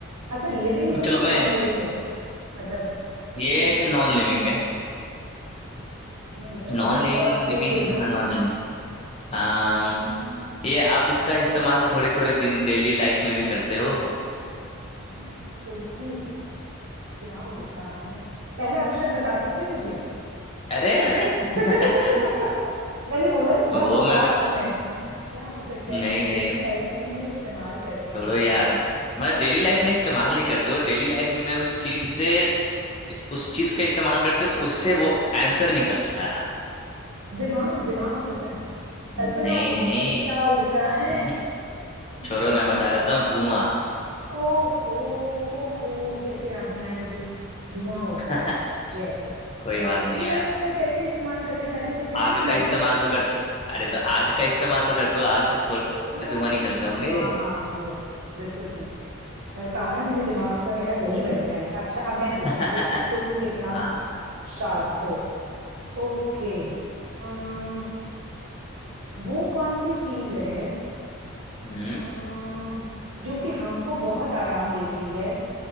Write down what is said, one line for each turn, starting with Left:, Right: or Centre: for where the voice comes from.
Right: अच्छा लिविंग है
Left: चलो
Right: कि
Left: मैं
Right: नॉन लिविंग है मतलब
Left: ये
Right: कैसी
Left: नॉन लिविंग है
Right: नहीं पता
Left: नॉन
Right: थोड़ा
Left: लिविंग
Right: और क्लू
Left: लिविंग
Right: दे दो
Left: हाँ नॉन लिविंग अम्म
Right: हम्म,
Left: ये आप इसका इस्तेमाल थोड़े थोड़े दिन डेली लाइफ में भी करते हो
Right: अच्छा उड़ती है क्या उड़ता है पहला अक्षर बता सकते हो मुझे
Left: अरे अरे
Right: <laughs>
Left: <laughs>
Right: मैंने बोला ना बहुत
Left: वो
Right: बकवास
Left: मैं बता
Right: हूं मैं क्या हो सकता
Left: नहीं
Right: है जो डेली
Left: नहीं
Right: लाइफ में इस्तेमाल करते
Left: छोड़ो
Right: हैं
Left: यार मतलब डेली लाइफ में इस्तेमाल नहीं करते हो डेली लाइफ में उस चीज से इस उस चीज का इस्तेमाल करते हो तो उससे वो आंसर निकलता है
Right: दिमाग दिमाग उड़ता है कल्पना
Left: नहीं
Right: उड़ती
Left: नहीं
Right: है अरे क्या उड़ता है
Left: हम्म,
Right: हम्म।
Left: छोड़ो मैं बता देता हूँ धुआं
Right: ओहो ओहो कैसे याद नहीं आया मुझे धुआं उड़ता
Left: <laughs>
Right: है यस
Left: कोई बात
Right: तो डेली
Left: नहीं यार
Right: लाइफ में हम कैसे इस्तेमाल करते हैं मैं तो सिगरेट
Left: आग
Right: नहीं पीती
Left: का इस्तेमाल
Right: हूँ
Left: तो करते अरे तो आग का इस्तेमाल तो करते हो आग से थोड़े
Right: ओ
Left: धुआं निकलते होंगे
Right: हाँ हाँ यस यस बिल्कुल ठीक यार कहा ना मैंने दिमाग
Left: हम्म,
Right: का मेरा दही बन गया है अच्छा अब मैं
Left: <laughs>
Right: पूछती हूँ देखती हूँ तुम कितना
Left: हाँ
Right: शार्प हो ओके अम्म वो कौन सी चीज है
Left: हम्म
Right: अम्म जो कि हमको बहुत आराम देती है